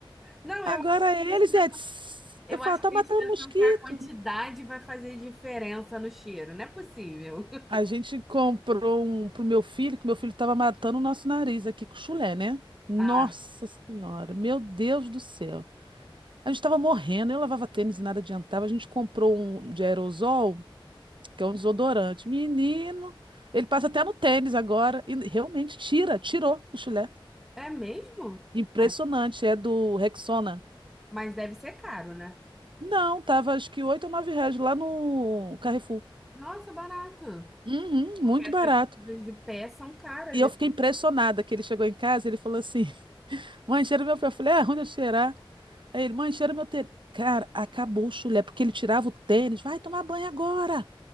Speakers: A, in the centre; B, on the right.
A: Não,
B: Agora
A: eu acho
B: é
A: que eles
B: eles
A: pensam,
B: é tss.
A: eu
B: Eu falo,
A: acho
B: tá
A: que
B: matando
A: eles pensam
B: mosquito.
A: que a quantidade vai fazer diferença no cheiro. Não é possível. <laughs>
B: A gente comprou um pro meu filho, que meu filho tava matando o nosso nariz aqui com chulé, né? Nossa
A: Ah,
B: Senhora, meu Deus do céu. A gente tava morrendo, eu lavava tênis e nada adiantava. A gente comprou um de aerosol, que é um desodorante. Menino, ele passa até no tênis agora e realmente tira, tirou o chulé.
A: é mesmo?
B: Impressionante,
A: Mas,
B: é do Rexona.
A: mas deve ser caro, né?
B: Não, tava acho que oito ou 9 reais lá no Carrefour.
A: Nossa, barato.
B: Uhum, muito
A: Porque essas
B: barato.
A: coisas de pé são caras.
B: E eu fiquei impressionada que ele chegou em casa e ele falou assim: <laughs> Mãe, cheira meu pé. Eu falei: É, onde eu cheirar? Aí ele, mãe, cheira meu tênis. Cara, acabou o chulé, porque ele tirava o tênis. Vai tomar banho agora.